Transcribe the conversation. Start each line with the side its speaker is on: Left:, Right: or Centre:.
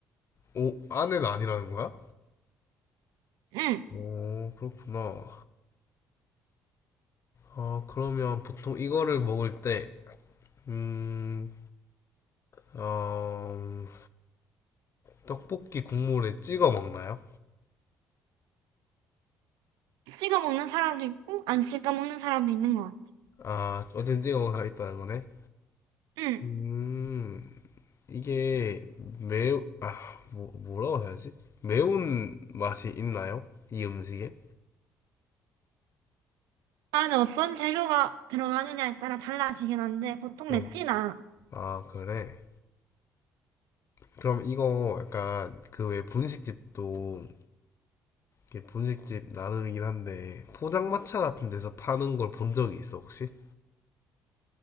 Left: 오, 안에는 아니라는 거야?
Right: 응.
Left: 오, 그렇구나. 어, 그러면 보통 이거를 먹을 때, 음, 어, 떡볶이 국물에 찍어 먹나요?
Right: 찍어 먹는 사람도 있고 안 찍어 먹는 사람도 있는 것 같아.
Left: 아, 어쨌든 찍어 먹겠다는 거네.
Right: 응.
Left: 음, 이게 매우, 아, 뭐, 뭐라고 해야지? 매운 맛이 있나요? 이 음식에?
Right: 안에 어떤 재료가 들어가느냐에 따라 달라지긴 한데 보통
Left: 어.
Right: 맵진 않아.
Left: 아, 그래. 그럼 이거 약간 그 왜 분식집도 이게 분식집 나름이긴 한데 포장마차 같은 데서 파는 걸 본 적이 있어, 혹시?